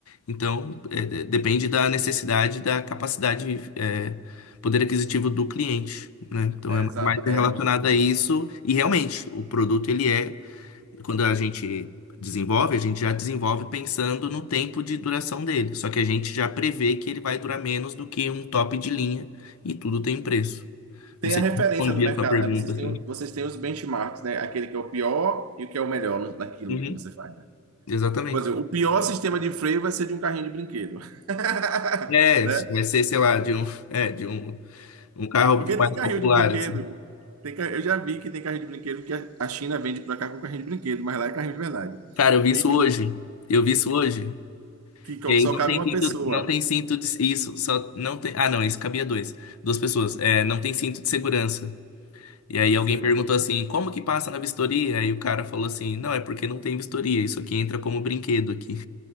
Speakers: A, on the left; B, on the right.
A: Então, é, de- depende da necessidade, da capacidade, é, poder aquisitivo do cliente, né? Então,
B: É
A: é
B: Exato.
A: mais
B: É
A: relacionado
B: muito.
A: a isso. E realmente, o produto, ele é, quando a gente desenvolve, a gente já desenvolve pensando no tempo de duração dele. Só que a gente já prevê que ele vai durar menos do que um top de linha e tudo tem preço.
B: Tem
A: Não sei
B: a referência
A: se eu respondi
B: no mercado,
A: a sua pergunta,
B: né? Vocês têm,
A: assim.
B: vocês têm os benchmarks, né? Aquele que é o pior e o que é o melhor no- naquilo
A: Uhum,
B: que você faz. né?
A: exatamente.
B: Por exemplo, o pior sistema de freio vai ser de um carrinho de brinquedo. <laughs>
A: É,
B: Né?
A: vai ser, sei lá, de um, é, de um, um carro
B: Porque
A: mais
B: tem carrinho
A: popular,
B: de brinquedo.
A: assim.
B: Tem, ca- eu já vi que tem carrinho de brinquedo que a a China vende para cá com carrinho de brinquedo, mas lá é carrinho de verdade.
A: Cara, eu vi isso
B: E
A: hoje. Eu vi isso hoje.
B: que co-
A: E aí
B: só
A: não
B: cabe
A: tem
B: uma
A: cinto,
B: pessoa.
A: não tem cinto de isso, só não tem. Ah, não, isso cabia dois, duas pessoas. É, não tem cinto de segurança. E aí
B: Você
A: alguém
B: entende?
A: perguntou assim, como que passa na vistoria? Aí o cara falou assim, não, é porque não tem vistoria. Isso aqui entra como brinquedo aqui.